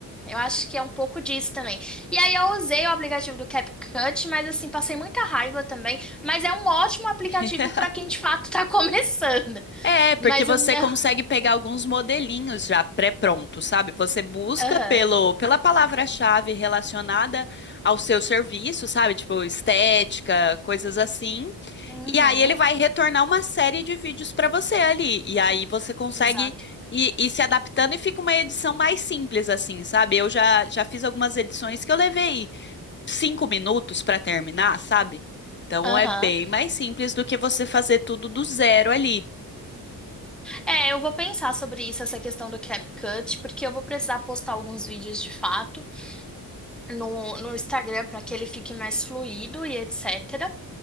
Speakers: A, in the centre; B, on the left.
A: eu acho que é um pouco disso também. E aí eu usei o aplicativo do CapCut, mas assim, passei muita raiva também. Mas é um ótimo aplicativo
B: <laughs>
A: para quem de fato tá <laughs> começando.
B: É, porque
A: Mas
B: você
A: o meu.
B: consegue pegar alguns modelinhos já pré-prontos, sabe? Você busca
A: Aham.
B: pelo, pela palavra-chave relacionada ao seu serviço, sabe? Tipo, estética, coisas assim.
A: Uhum.
B: E aí ele vai retornar uma série de vídeos para você ali. E aí você consegue
A: Exato.
B: ir, ir se adaptando e fica uma edição mais simples, assim, sabe? Eu já, já fiz algumas edições que eu levei cinco minutos para terminar, sabe? Então
A: Aham.
B: é bem mais simples do que você fazer tudo do zero ali.
A: É, eu vou pensar sobre isso, essa questão do CapCut, porque eu vou precisar postar alguns vídeos de fato no, no Instagram para que ele fique mais fluido e etc.